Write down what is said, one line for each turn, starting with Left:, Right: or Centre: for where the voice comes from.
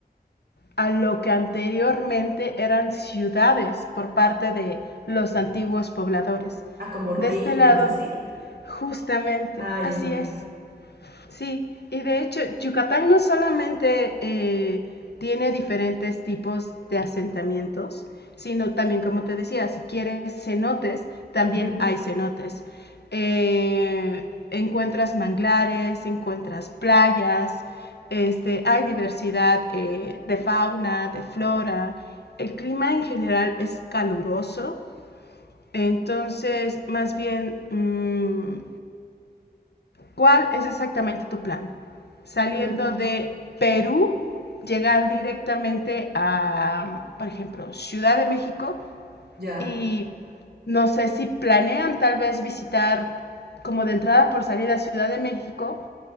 Left: a lo que anteriormente eran ciudades por parte de los antiguos pobladores.
Right: Ah, como ruinas,
Left: De este lado,
Right: así.
Left: justamente,
Right: Ah, ya,
Left: así
Right: ok.
Left: es. Sí, y de hecho, Yucatán no solamente eh, tiene diferentes tipos de asentamientos, sino también, como te decía, si quieres cenotes, también
Right: Ujú.
Left: hay cenotes. Eh, encuentras manglares, encuentras playas, este, hay diversidad eh, de fauna, de flora. El clima en general es caluroso, entonces más bien mmm, ¿Cuál es exactamente tu plan? Saliendo
Right: Mm,
Left: de Perú, llegar directamente a, por ejemplo, Ciudad de México
Right: ya.
Left: y no sé si planean tal vez visitar como de entrada por salida Ciudad de México